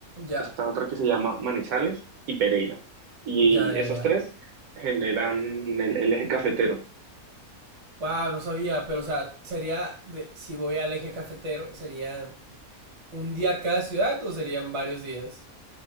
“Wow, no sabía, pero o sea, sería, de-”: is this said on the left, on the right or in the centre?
Right